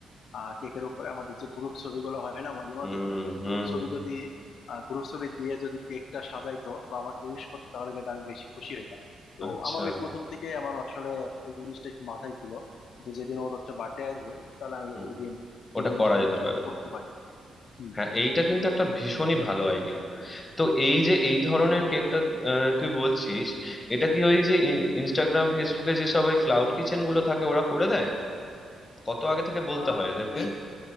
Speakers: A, on the left; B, on the left.
A: আহ কেকের উপরে আমাদের যে গ্রুপ ছবিগুলো হয় না মাঝে
B: হুম
A: মাঝে তো এই
B: হুম
A: গ্রুপ ছবি যদি গ্রুপ ছবি দিয়ে যদি কেকটা সাজাইতো বা আমাকে উইশ করতো তাহলে কিন্তু আমি বেশি খুশি হইতাম তো
B: আচ্ছা
A: আমার ওই প্রথম থেকে আমার আসলে এই জিনিসটা একটু মাথায় ছিল যে যেদিন ওর হচ্ছে বার্থডে আসবে তাহলে আমি
B: হুম
A: ওই দিন
B: ওটা
A: এই জিনিসটা
B: করা যেতে
A: ওর সাথে
B: পারে
A: করতে পারি হুম।
B: হ্যাঁ এইটা কিন্তু একটা ভীষণই ভালো আইডিয়া তো এই যে এই ধরনের কেকটা আহ, তুই বলছিস এটা কি ওই যে ই- ইনস্টাগ্রাম ফেসবুকে যে সব ওই ক্লাউড কিচেন গুলো থাকে ওরা করে দেয় কত আগে থেকে বলতে
A: আহ
B: হয় এদেরকে
A: এই